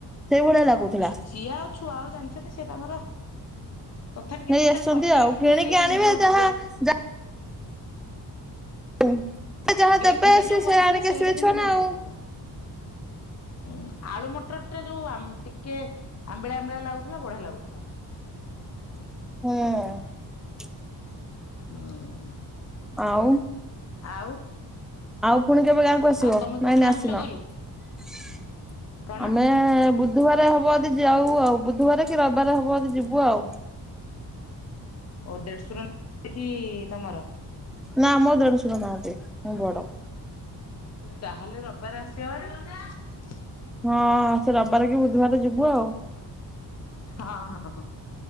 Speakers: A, in the centre; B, on the left.
A: ସେଇଭଳିଆ ଲାଗୁଥିଲା
B: ହଁ ଝିଝିଅ ଆଉ ଛୁଆ ଆଉ ଜାଣିଛନ୍ତି ସି ତାଙ୍କର ତଥାପି କିନ୍ତୁ
A: ନେଇ
B: ତା
A: ଆସୁଛନ୍ତି
B: ତରକାରୀ
A: ଆଉ କିଣିକି
B: ମାନେ
A: ଆଣିବେ
B: ଯୋଉ
A: ଯାହା
B: ଗ୍ରେ
A: ଯା <inaudible>
B: ଗ୍ରେଭି
A: ଦେବେ
B: ଟା
A: ସେ
B: ଯୋଉ କରିଥିଲା
A: ସେ ଆଣିକି
B: ସେଇଟା
A: ଆସିବେ
B: କିନ୍ତୁ
A: ଛୁଆ ନା
B: ଭଲ
A: ଆଉ
B: ଲାଗୁଥିଲା। ହୁଁ ଆଳୁ ମଟର ଟା ଯୋଉ ଆମ୍ ଟିକ୍ କେ ଆମ୍ବିଳା ଆମ୍ବିଳା ଲାଗୁଥିଲା ବଢିଆ ଲାଗୁଥିଲା।
A: ହୁଁ।
B: ହୁଁ।
A: ଆଉ
B: ଆଉ
A: ଆଉ ପୁଣି କେବେ ଗାଁକୁ ଆସିବ
B: ଆଉ ତମେ କୋଉଦିନ
A: ନାଇଁ ନା
B: ଆସୁଛ
A: ଆସିନ
B: ଘରୁ
A: <inaudible>
B: କଣ
A: ଆମେ ବୁଧବାର ହବ ଜଦି ଯାଉ ଆଉ ବୁଧବାର କି ରବିବାର ହବ ଜଦି ଯିବୁ ଆଉ।
B: ଓ ଦେଢଶୁର <unintelligible> କି ତମର
A: ନାଁ ମୋ ଦେଢଶୁର ନାହାତି ମୁଁ ବଡ।
B: ତାହେଲେ ରବିବାର ଆସିବା ହାରି।
A: ହଁ ସେ ରବାର କି ବୁଧବାର ଯିବୁ ଆଉ
B: ହଁ ହଁ।